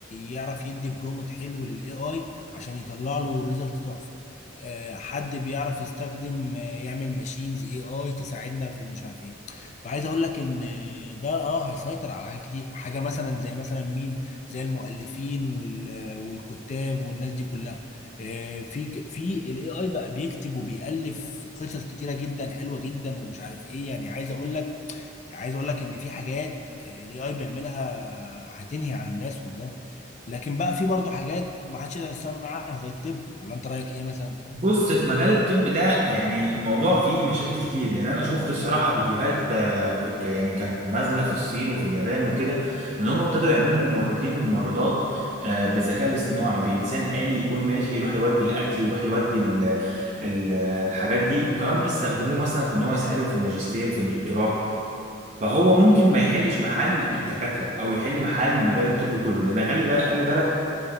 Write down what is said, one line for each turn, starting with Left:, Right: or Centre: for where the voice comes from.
Left: يعرف يدي برومت حلو للاي اي عشان يطلع له ريزلت تحفه آه، حد بيعرف يستخدم آه، يعمل ماشينز اي اي تساعدنا في مش عارف ايه فعايز اقول لك ان آه، ده اه هيسيطر على حاجات كتير حاجه مثلا زي مثلا مين زي المؤلفين وال- والكتاب والناس دي كلها آه، في ك- في الاي اي بقى بيكتب وبيألف قصص كتيره جدا حلوه جدا ومش عارف ايه يعني عايز اقول لك يعني عايز اقول لك ان في حاجات الاي اي بيعملها هتنهي عن الناس والله لكن بقى في برضه حاجات ما حدش يقدر يستغنى عنها زي الطب ولا انت رايك ايه مثلا
Right: بص في مجال الطب ده يعني الموضوع فيه مشاكل كتير لان انا شفت الصراحه فيديوهات آه، كنت يعني كانت نازله في الصين وفي اليابان وكده ان هم ابتدوا يعملوا ممرضين وممرضات آه، بالذكاء الاصطناعي بانسان آلي يكون ماشي يروح يودي الاكل يروح يودي ال- ال- الحاجات دي وكمان بيستخدموه مثلا في ان هو يساعدهم في الماجستير في الدكتوراه فهو ممكن ما يحلش محل الدكاتره او يحل محل مجال الطب كله لان خلي بالك خلي بالك